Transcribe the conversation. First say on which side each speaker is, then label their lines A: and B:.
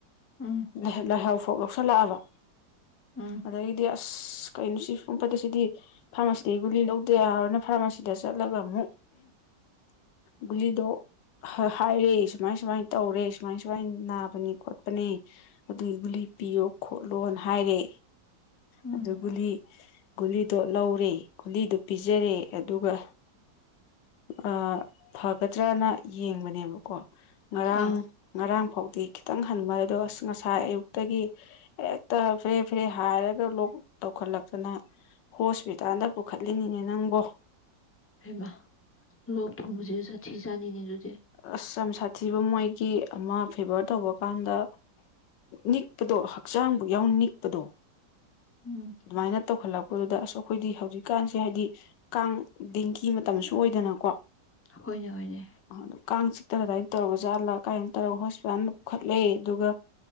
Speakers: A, on the left; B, on the left.
A: ꯎꯝ
B: ꯂ ꯂꯥꯏꯍꯧ ꯊꯣꯛ ꯂꯧꯁꯜꯂꯛꯑꯕ
A: ꯎꯝ
B: ꯑꯗꯩꯗꯤ ꯑꯁ ꯀꯩꯅꯣ ꯁꯤ ꯁꯨꯝ ꯐꯠꯇꯦ ꯁꯤꯗꯤ ꯐꯥꯔꯃꯥꯁꯤꯗꯒꯤ ꯒꯨꯂꯤ ꯂꯧꯗꯥꯌꯥꯔꯥꯔꯣꯅ ꯐꯥꯔꯃꯥꯁꯤꯗ ꯆꯠꯂꯒ ꯑꯃꯨꯛ ꯒꯨꯂꯤꯗꯣ ꯍꯥ ꯍꯥꯏꯔꯦ ꯁꯨꯃꯥꯏ ꯁꯨꯃꯥꯏꯅ ꯇꯧꯔꯦ ꯁꯨꯃꯥꯏ ꯁꯨꯃꯥꯏ ꯅꯥꯕꯅꯤ ꯈꯣꯠꯄꯅꯤ ꯑꯗꯨꯒꯤ ꯒꯨꯂꯤ ꯄꯤꯌꯣ ꯈꯣꯠꯂꯣꯅ ꯍꯥꯏꯔꯦ
A: ꯎꯝ
B: ꯑꯗꯨ ꯒꯨꯂꯤ ꯒꯨꯂꯤꯗꯣ ꯂꯧꯔꯦ ꯒꯨꯂꯤꯗꯣ ꯄꯤꯖꯔꯦ ꯑꯗꯨꯒ ꯑꯥ ꯐꯒꯗ꯭ꯔꯥꯅ ꯌꯦꯡꯕꯅꯦꯕꯀꯣ ꯉꯔꯥꯡ
A: ꯑꯥ
B: ꯉꯔꯥꯡ ꯐꯥꯎꯗꯤ ꯈꯤꯇꯪ ꯍꯟꯕ ꯑꯗꯣ ꯑꯁ ꯉꯁꯥꯏ ꯑꯌꯨꯛꯇꯒꯤ ꯍꯦꯛꯇ ꯐꯦꯔꯦ ꯐꯦꯔꯦ ꯍꯥꯏꯔꯒ ꯂꯣꯛ ꯇꯧꯈꯠꯂꯛꯇꯅ ꯍꯣꯁꯄꯤꯇꯥꯜꯗ ꯄꯨꯈꯠꯂꯤꯅꯤꯅꯦ ꯅꯪꯕꯣ
A: ꯍꯩꯃꯥ ꯂꯣꯛ ꯊꯨꯡꯕꯕꯖꯤꯖꯨ ꯁꯥꯊꯤ ꯖꯥꯅꯤꯅꯦ ꯑꯗꯨ
B: ꯑꯁ ꯌꯥꯝ ꯁꯥꯊꯤꯕ ꯃꯣꯏꯒꯤ ꯑꯃ ꯐꯦꯚꯔ ꯇꯧꯕ ꯀꯥꯟꯗ ꯅꯤꯛꯄꯗꯣ ꯍꯛꯆꯥꯡꯕꯨ ꯌꯥꯎꯅ ꯅꯤꯛꯄꯗꯣ
A: ꯎꯝ
B: ꯑꯗꯨꯃꯥꯏꯅ ꯇꯧꯈꯠꯂꯛꯄꯗꯨꯗ ꯑꯁ ꯑꯩꯈꯣꯏꯗꯤ ꯍꯧꯖꯤꯛꯀꯥꯟꯁꯦ ꯍꯥꯏꯗꯤ ꯀꯥꯡ ꯗꯦꯡꯒꯤ ꯃꯇꯝꯁꯨ ꯑꯣꯏꯗꯅꯀꯣ
A: ꯍꯣꯏꯅꯦ ꯍꯣꯏꯅꯦ
B: ꯃꯥꯗꯣ ꯀꯥꯡ ꯆꯤꯛꯇꯅ ꯑꯗꯨꯃꯥꯏꯅ ꯇꯧꯔ ꯖꯥꯠꯂ ꯀꯥꯏꯅ ꯇꯧꯔꯒ ꯍꯣꯁꯄꯤꯇꯥꯜꯗ ꯄꯨꯈꯠꯂꯦ ꯑꯗꯨꯒ